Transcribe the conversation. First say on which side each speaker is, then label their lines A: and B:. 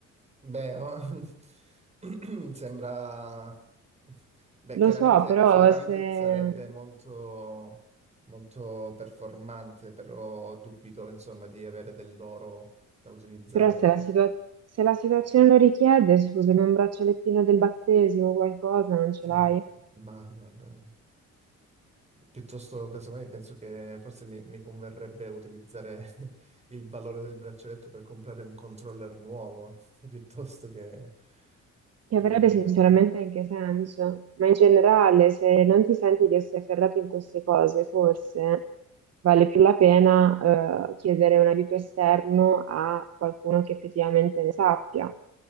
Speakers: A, on the right; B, on the right.
A: Beh, oh, <clears throat> sembra... Beh,
B: Lo
A: chiaramente,
B: so, però
A: sicuramente
B: se,
A: sarebbe molto, molto performante, però dubito, insomma, di avere dell'oro da utilizzare.
B: però se la situa- se la situazione lo richiede, scusami, un braccialettino del battesimo, qualcosa, non ce
A: Eh,
B: l'hai?
A: ma guarda, piuttosto, casomai, penso che forse mi, mi converrebbe utilizzare <laughs> il valore del braccialetto per comprare un controller nuovo, <laughs> piuttosto che,
B: Che
A: che
B: avrebbe
A: arriverà.
B: sinceramente anche senso, ma in generale, se non ti senti di essere ferrato in queste cose, forse vale più la pena, eh, chiedere un aiuto esterno a qualcuno che effettivamente ne sappia.